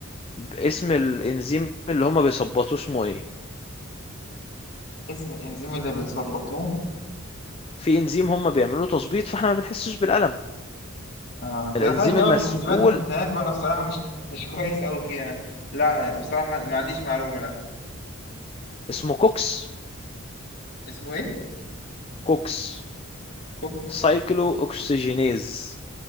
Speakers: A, on the left; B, on the left.
A: اسم الانزيم اللي هم بيثبطوه اسمه ايه
B: اسم الانزيم اللي بيظبطوه
A: في انزيم هم بيعملوا تظبيط فاحنا ما بنحسش بالألم
B: آه، انت
A: الانزيم
B: دخلت
A: المسؤول
B: قوي في الانزيمات والبروتينات وانا الصراحه مش مش <laughs> كويس قوي فيها لا بصراحه ما عنديش معلومه لا
A: اسمه كوكس
B: اسمه ايه
A: كوكس
B: كوب
A: سايكلو اوكسجينيز